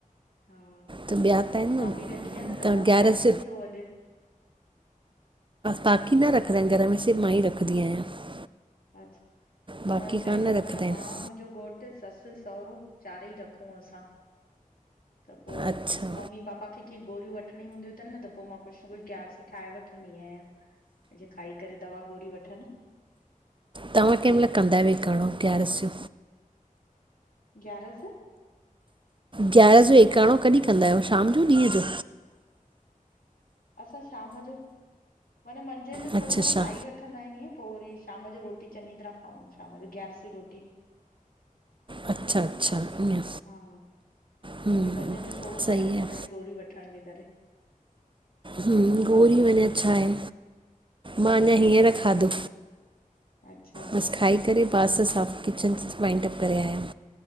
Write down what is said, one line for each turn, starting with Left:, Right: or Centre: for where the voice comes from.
Left: हा
Right: त ॿिया त आहिनि
Left: मां
Right: न
Left: बि रखी आ त
Right: तव्हां
Left: पो
Right: ग्यारस
Left: ग्यारसी थियो अॼु
Right: बाक़ी न रखंदा आहिनि घर में सिर्फ़ मां ई रखंदी आहियां
Left: अच्छा
Right: बाक़ी
Left: न असांजे
Right: कान
Left: घर
Right: रखंदा
Left: में
Right: आहिनि
Left: मां मुंहिंजो घोटु ससु सहुरो चारेई रखूं असां त पोइ
Right: अच्छा
Left: मम्मी पापा खे कीअं गोरियूं वठणी हूंदियूं अथनि त पोइ मां कुझु न कुझु ग्यारसी ठाहे वठंदी आहियां जियं खाई करे दवा गोरी वठनि
Right: तव्हां केंहिं महिल कंदा आहियो एकाणो ग्यारस जो
Left: ग्यारह
Right: ग्यारस जो एकाणो कॾहिं कंदा आहियो शाम जो ॾींहुं जो
Left: असां शाम जो माना मंझंदि जो
Right: अच्छा
Left: थोड़ो
Right: अच्छा
Left: घणो खाई वठ वठंदा आहिनि इअं पोइ वरी शाम जो रोटी चङी तरह खाऊं शाम जो ग्यारसी रोटी
Right: अच्छा अच्छा ईअं
Left: हा
Right: हम्म
Left: बाक़ी मंझंदि जो थोड़ो खाई
Right: सही
Left: वठंदा
Right: आहे
Left: आहिनि गोरी वठण जे करे
Right: हुं गोरी में छा आहे
Left: हम्म
Right: मां अञा हींअर खाधो
Left: अच्छा
Right: बसि खाई करे किचन बासंण साफ किचव वाइंडअप करे आयलि